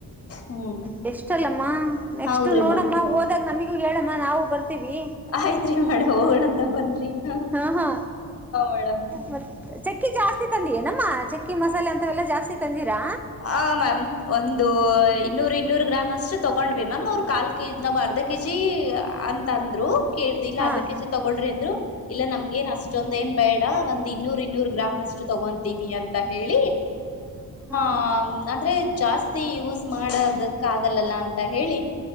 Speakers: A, on the left; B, in the centre.
A: ಹ್ಮ್
B: ಬೆಸ್ಟ್ ಅಲ್ಲಮ್ಮ ನೆಕ್ಸ್ಟ್
A: ಹೌದ್ರಿ
B: ನೋಡಮ್ಮ
A: ಮ್ಯಾಮ್
B: ಹೋದಾಗ ನಮಗೂ ಹೇಳಮ್ಮ ನಾವು ಬರ್ತೀವಿ
A: ಆಯ್ತ್ರಿ ಮೇಡಮ್ ಹೋಗಣಂತ ಬನ್ರಿ ಹ
B: ಹಾ ಹಾ
A: ಮೇಡಮ್
B: ಮತ್ ಚಕ್ಕಿ ಜಾಸ್ತಿ ತಂದಿಯ ನಮ್ಮ ಚಕ್ಕಿ ಮಸಾಲೆ ಅಂತವೆಲ್ಲಾ ಜಾಸ್ತಿ ತಂದಿರಾ.
A: ಆ ಮ್ಯಾಮ್ ಒಂದು ಇನ್ನೂರು ಇನ್ನೂರು ಗ್ರಾಮ್ ಅಷ್ಟು ತಗೊಂಡ್ವಿ ಮ್ಯಾಮ್ ಅವರು ಕಾಲ್ ಕೆಜಿ ನಾವ್ ಅರ್ಧ ಕೆಜಿ ಅಂತ ಅಂದ್ರು ಕೇಳ್ದು ಇಲ್ಲ
B: ಹಾ
A: ಅರ್ಧ ಕೆಜಿ
B: ಹಾ
A: ತೊಗೋಳ್ರಿ ಅಂದ್ರು ಇಲ್ಲಾ ನಮಗೆನ್ ಅಷ್ಟೊಂದ ಏನ್. ಬೇಡ ಒಂದ್ ಇನ್ನೂರ್ ಇನ್ನೂರ್ ಗ್ರಾಮ್ ಅಷ್ಟು ತಗೊಂತೀವಿ ಅಂತ ಹೇಳಿ
B: ಹಾ
A: ಹ್ಮ್ಮ್ ಅಂದ್ರೆ. ಜಾಸ್ತಿ ಯೂಸ್ ಮಾಡೋದಕ್ಕ ಆಗಲ್ಲಲ್ಲ ಅಂತ ಹೇಳಿ.